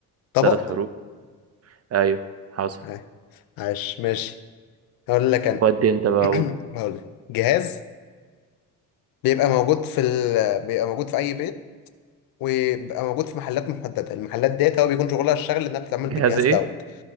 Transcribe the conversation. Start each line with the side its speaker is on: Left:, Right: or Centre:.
Left: طبق
Right: ثلاث حروف ايوه حصل
Left: آه، عاش ماشي هقول لك أنا
Right: ودي انت بقى
Left: <clears throat>
Right: قول.
Left: هقول لك جهاز بيبقى موجود في ال... بيبقى موجود في أي بيت وبيبقى موجود في محلات محدده المحلات ديت هو بيكون شغلها الشغل انها بتتعامل
Right: جهاز
Left: بالجهاز
Right: ايه
Left: دوت